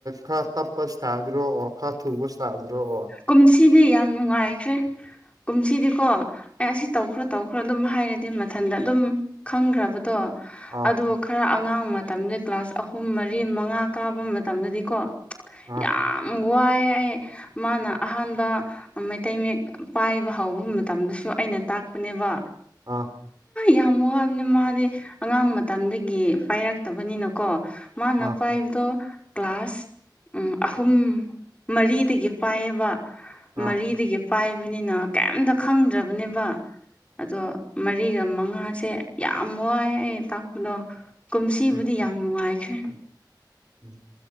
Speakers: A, on the right; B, on the left.
A: ꯈꯔ ꯇꯞꯄ ꯏꯁꯇꯥꯏꯜꯗꯨꯔꯣ ꯑꯣꯔ ꯍꯥꯥ ꯊꯨꯕ ꯆꯥꯗ꯭ꯔꯣꯑꯣ
B: ꯀꯨꯝꯁꯤꯗꯤ ꯌꯥꯝ ꯅꯨꯡꯉꯥꯏꯈ꯭ꯔꯦ ꯀꯨꯝꯁꯤꯗꯤꯀꯣ ꯑꯦ ꯑꯁꯤ ꯇꯧꯈ꯭ꯔꯣ ꯇꯧꯈ꯭ꯔꯣ ꯑꯗꯨꯝ ꯍꯥꯏꯔꯗꯤ ꯃꯊꯟꯇ ꯑꯗꯨꯝ ꯈꯪꯈ꯭ꯔꯕꯗꯣ
A: ꯑꯥ
B: ꯑꯗꯨ ꯈꯔ ꯑꯉꯥꯡꯕ ꯃꯇꯝꯗ ꯀ꯭ꯂꯥꯁ ꯑꯍꯨꯝ ꯃꯔꯤ ꯃꯉꯥ ꯀꯥꯕ ꯃꯇꯝꯗꯗꯤꯀꯣ
A: ꯑꯥ
B: ꯌꯥꯝ ꯋꯥꯏꯌꯦ ꯑꯩ ꯃꯥꯅ ꯑꯍꯥꯟꯕ ꯃꯩꯇꯩ ꯃꯌꯦꯛ ꯄꯥꯏꯕ ꯍꯧꯕ ꯃꯇꯝꯗꯁꯨ ꯑꯩꯅ ꯇꯥꯛꯄꯅꯦꯕ
A: ꯑꯥ
B: ꯌꯥꯝ ꯋꯥꯕꯅꯤ ꯃꯥꯗꯤ ꯑꯉꯥꯡ ꯃꯇꯝꯗꯒꯤ ꯄꯥꯏꯔꯛꯇꯕꯅꯤꯅꯀꯣ ꯃꯥꯅ
A: ꯑꯥ
B: ꯄꯥꯏꯕꯗꯣ ꯀ꯭ꯂꯥꯁ ꯑꯍꯨꯝ ꯃꯔꯤꯗꯒꯤ ꯄꯥꯏꯑꯕ
A: ꯑꯥ
B: ꯃꯔꯤꯗꯒꯤ
A: ꯑꯥ
B: ꯄꯥꯏꯕꯅꯤꯅ ꯀꯩꯝꯇ ꯈꯪꯗ꯭ꯔꯕꯅꯦꯕ ꯑꯗꯣ ꯃꯔꯤꯒ ꯃꯉꯥꯁꯦ ꯌꯥꯝ ꯋꯥꯏ ꯑꯩ ꯇꯥꯛꯄꯗꯣ ꯀꯨꯝꯁꯤꯕꯨꯗꯤ
A: ꯎꯝ
B: ꯌꯥꯝ ꯅꯨꯡꯉꯥꯏꯈ꯭ꯔꯦ
A: ꯎꯝ